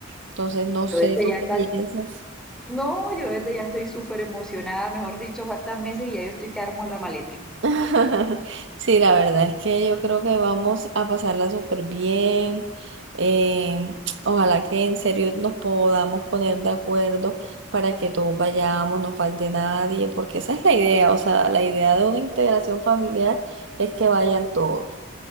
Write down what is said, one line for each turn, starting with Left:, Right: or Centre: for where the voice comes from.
Right: Entonces, no sé,
Centre: Yo desde
Right: ¿tú
Centre: ya está,
Right: qué piensas?
Centre: no, yo desde ya estoy súper emocionada, mejor dicho, faltan meses y ya yo estoy que armo la maleta.
Right: <laughs> Sí, la verdad es que yo creo que vamos a pasarla súper bien. Eh, ojalá que en serio nos podamos poner de acuerdo para que todos vayamos, no falte nadie, porque esa es la idea. O sea, la idea de una integración familiar es que vayan todos,